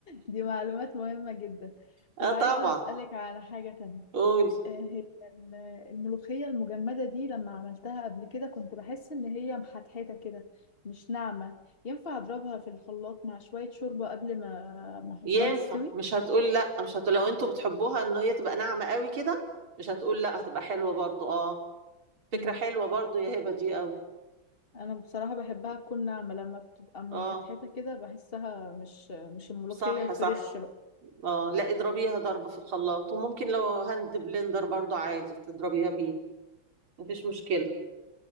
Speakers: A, on the left (about 25°); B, on the right (about 80°).
A: دي معلومات مهمة جدا
B: اه
A: طب
B: طبعا
A: عايزة اسألك على حاجة تانية
B: قولي
A: آه، هي ال- الملوخية المجمدة دي لما عملتها قبل كده كنت بحس إن هي محتحتة كده مش ناعمة ينفع أضربها في الخلاط مع شوية شوربة قبل ما ما أحطها
B: ينفع
A: تستوي
B: مش هتقول لا مش هتقول لو انتوا بتحبوها ان هي تبقى ناعمه قوي كده مش هتقول لا هتبقى حلوه برضو اه فكره
A: مم.
B: حلوه برضو يا هبه دي قوي
A: أنا بصراحة بحبها تكون ناعمة لما بتبقى محتحتة
B: اه
A: كده بحسها مش مش الملوخية
B: صح
A: الفريش
B: صح
A: بقى
B: اه لا اضربيها ضرب في الخلاط وممكن لو هاند بلندر برضو عادي تضربيها بيه مفيش مشكلة